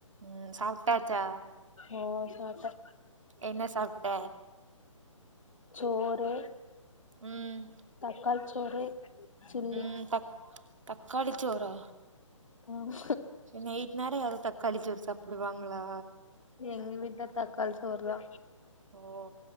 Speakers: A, on the right; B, on the left.
A: உ சாப்டாச்சா
B: ஓ சாப்ட்ட
A: என்ன சாப்ட
B: சோறு
A: ம்
B: தக்காளி சோறு சில்லி
A: ம் சாப் தக்காளிச்சோறா
B: ம்
A: நைட்டு நேரோ யாராவது தக்காளிச்சோரு சாப்பிடுவாங்களா
B: எங்க வீட்ல தக்காளி சோறுதா
A: ஓ